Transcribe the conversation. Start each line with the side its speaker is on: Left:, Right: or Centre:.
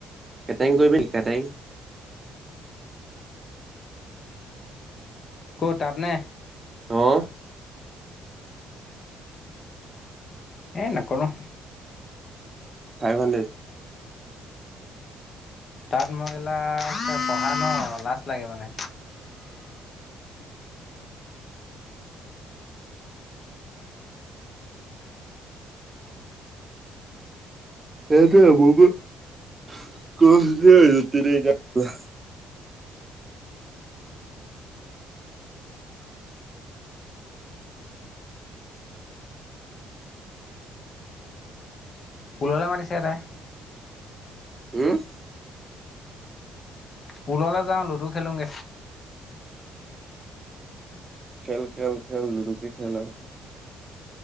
Right: কেটাইং কৰিবি নি কেটাইং
Left: ক'ত তাত নে?
Right: হ <unintelligible>
Left: সেই নকৰোঁ।
Right: Five hundred.
Left: তাত মই এইলা <inaudible> পঢ়া ন লাজ লাগে মানে।
Right: সেইটোৱেই <unintelligible> কৈছিলে <unintelligible>
Left: পোললে মাতিছে এটাই।
Right: উম!
Left: পোললে যাওঁ লুডু খেলোগে।
Right: খেল-খেল-খেল লুডুকে খেল আও।